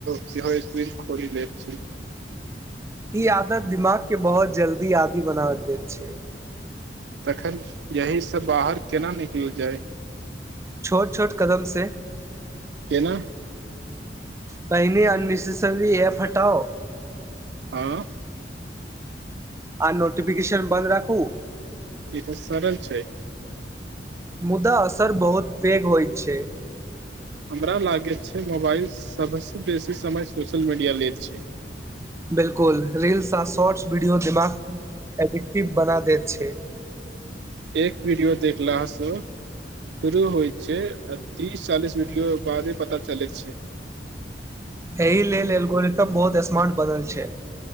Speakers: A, on the right; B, on the right.
A: सहक खोली लैतछी
B: ई आदत दिमाग के बहुत जल्दी आदी बना दैत छैय
A: तखन यहीसँ बाहर केना निकल जाय
B: छोट छोट कदमसँ
A: केना
B: पहिने अननेसेसरी एप हटाओ
A: आँ
B: आ नोटिफिकेशन बन्द राखू
A: ई तऽ सरल छैय
B: मुदा असर बहुत पैघ होइत छैय
A: हमरा लागैत छैय मोबाइल सभसँ बेसी समय सोशल मीडिया लैत छैय।
B: बिल्कुल रील्स आ शॉर्ट्स वीडियो दिमागके एडिक्टिव बना दैत छै
A: एक वीडियो देखलासँ शुरू होइत छै आ तीस चालीस वीडियो बारे पता चलैत छै
B: एहि लेल एलगोरितम बहुत स्मार्ट बनल छै